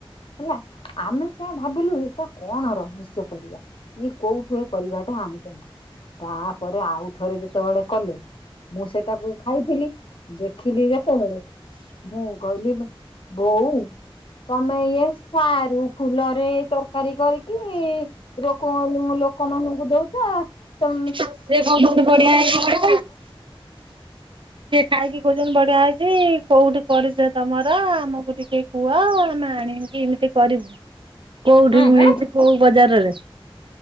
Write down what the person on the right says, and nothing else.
ସେ କଣ ବହୁତ ବଢିଆ ହେଇ ସିଏ ଖାଇକି। ଭୋଜନ ବଢିଆ ହେଇଛି କୋଉଠି କରିଛ ତମର ଆମକୁ ଟିକେ। ପୁଅ ନା ଆଣିବି ଏମିତି କରିବୁ। କୋଉଠି
ମିଳୁଛି
କୋଉ ବଜାରରେ।